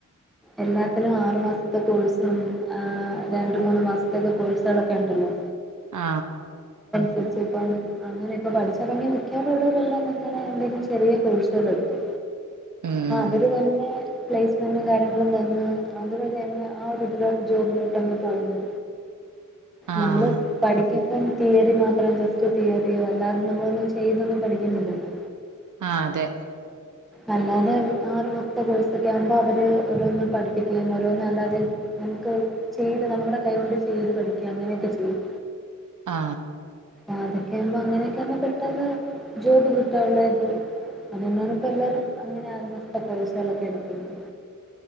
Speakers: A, in the centre; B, on the right (about 65°).
A: എല്ലാത്തിനും ആറു മാസത്തെ കോഴ്സ് ആണ് ആ രണ്ട് മൂന്ന് മാസതെക്കേ കോഴ്സകളൊക്കെ എണ്ടല്ലോ
B: ആ
A: രിച്ചപ്പം അങ്ങനെ ഇപ്പ പഠിച്ചിറങ്ങി മിക്കാറുള്ളവരെല്ലാം അങ്ങനെ എന്തേലും ചെറിയ കോഴ്സുകൾ എടുത്തു.
B: ഉം
A: ആ അവര് തന്നെ പ്ലൈസ്മെന്റും കാര് ര്യങ്ങളും തന്ന് അതുവരെ അങ്ങ് ആ ഒരു ഇതിലോ ജോബിലോട്ട് അങ്ങ് പോകുന്നു.
B: ആഹ്
A: നമ്മള് പഠി ഇപ്പം തിയറി മാത്രം ജസ്റ്റ് തിയറിയോ അല്ലാതെ നമ്മളൊന്നും ചെയ്തൊന്നും പഠിക്കുന്നില്ലല്ലോ.
B: ആ അതെ.
A: അല്ലാതെ ആറു മാസത്തെ കോഴ്സൊക്കെ ആകുമ്പോ അവര് ഓരോന്ന് പഠിപ്പിക്കുകയും ഓരോന്നും അല്ലാതെ നമുക്ക് ചെയ്ത് നമ്മുടെ കൈകൊണ്ട് ചെയ്ത് പഠിക്കയും അങ്ങനെയൊക്കെ ചെയ്യും.
B: ആ
A: അതൊക്കെ ആവുമ്പോ അങ്ങനെയൊക്കെ ആവുമ്പോ പെട്ടെന്ന് ജോബ് കിട്ടാനുള്ള ഇത് അത് കൊണ്ടാണ് ഇപ്പ എല്ലാരും അങ്ങനെ ആറുമാസത്തെ കോഴ്സുകളൊക്കെ എട്ക്കുന്നത്.